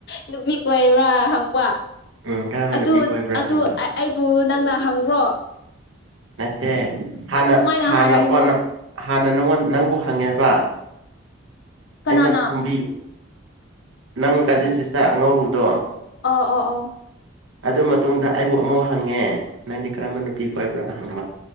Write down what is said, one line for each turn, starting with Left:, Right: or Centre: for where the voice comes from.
Left: ꯅꯨꯄꯤ ꯑꯣꯏꯕ꯭ꯔꯥ ꯍꯪꯕ
Right: ꯎꯝ ꯀꯔꯝꯕ
Left: ꯑꯗꯨ
Right: ꯅꯨꯄꯤ ꯀꯣꯏꯕ꯭ꯔꯥ
Left: ꯑꯗꯨ
Right: ꯍꯪꯕ
Left: ꯑꯩꯕꯨ ꯅꯪꯅ ꯍꯪꯉ꯭ꯔꯣ
Right: ꯃꯠꯇꯦ ꯍꯅ
Left: ꯀꯃꯥꯏꯅ
Right: ꯍꯅ
Left: ꯍꯥꯏꯔꯛꯏꯅꯣ
Right: ꯀꯣꯟꯅ ꯍꯅꯅ ꯅꯪꯕꯨ ꯍꯪꯉꯦꯕ
Left: ꯀꯅꯥꯅ
Right: ꯑꯩꯅ ꯐꯣꯝꯕꯤ ꯅꯪ ꯀꯥꯖꯤꯟꯁꯤ ꯆꯆꯥ ꯑꯉꯔꯨꯗꯣ
Left: ꯑꯣ ꯑꯣ ꯑꯣ
Right: ꯑꯗꯨ ꯃꯇꯨꯡꯗ ꯑꯩꯕꯨ ꯑꯃꯨꯛ ꯍꯪꯉꯦ ꯅꯗꯤ ꯀꯔ ꯃꯦꯟ ꯅꯨ ꯄꯤꯀꯣꯏ ꯍ